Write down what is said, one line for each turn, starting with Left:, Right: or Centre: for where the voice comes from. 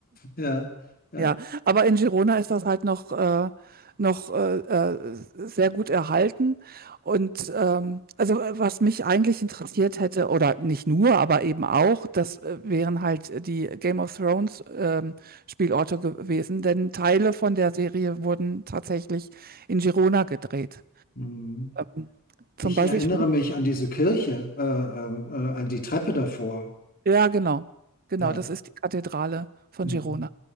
Left: ja, ja.
Right: Ja, aber in Girona ist das halt noch, äh, noch äh, äh, sehr gut erhalten. Und ähm, also äh, was mich eigentlich interessiert hätte, oder nicht nur, aber eben auch, das äh, wären halt die Game of Thrones ähm, Spielorte gewesen, denn Teile von der Serie wurden tatsächlich in Girona gedreht.
Left: Mhm.
Right: Ähm, zum
Left: Ich
Right: Beispiel,
Left: erinnere
Right: ich,
Left: mich an diese Kirche, äh, ähm, äh, an die Treppe davor.
Right: ja, genau, genau,
Left: Ja,
Right: das ist die Kathedrale von
Left: mhm.
Right: Girona.